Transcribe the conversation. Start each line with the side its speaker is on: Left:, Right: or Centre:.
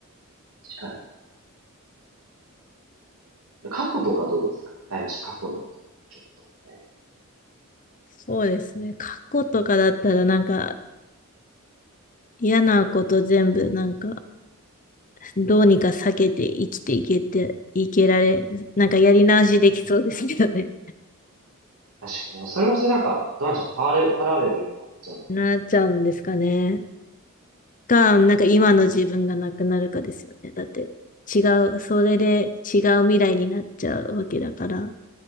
Right: かにかな。過去とかどうですかタイムマシン過去に戻ってちょっと、ね。
Left: そうですね。過去とかだったらなんか嫌なこと全部なんかどうにか避けて生きていけて、いけられ、なんかやり直しできそうですけどね。
Right: 確かに。でもそれもそれなんか、どうなんでしょう。パラレ、パラレルになっちゃうの
Left: <laughs> なっちゃうんですかね。か、なんか今の自分がなくなるかですよね。だって違う、それで違う未来になっちゃうわけだから、